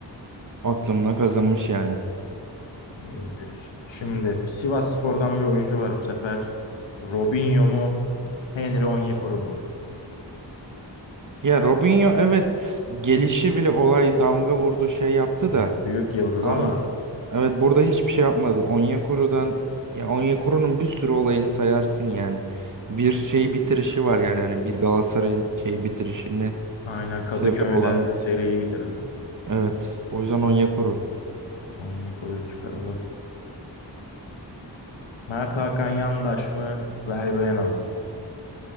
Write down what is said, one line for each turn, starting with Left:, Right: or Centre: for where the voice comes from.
Right: aklımda kazınmış yani.
Left: Doğru diyorsun. Şimdi Sivasspor'dan bir oyuncu var bu sefer. Robinho mu? Henry Onyekuru mu?
Right: Ya Robinho evet gelişi bile olay damga vurdu şey yaptı da.
Left: Aynen. Büyük yıldız
Right: Ay,
Left: ama
Right: evet burada hiçbir şey yapmadı. Onyekuru'dan ya Onyekuru'nun bir sürü olayını sayarsın yani. Bir şey bitirişi var yani hani bir Galatasaray'ın şey bitirişini
Left: aynen Kadıköy'de
Right: sebep olan.
Left: seriyi bitirdi.
Right: Evet o yüzden Onyekuru.
Left: Onyekuru'yu çıkaralım. Mert Hakan Yandaş mı? Verbena mı?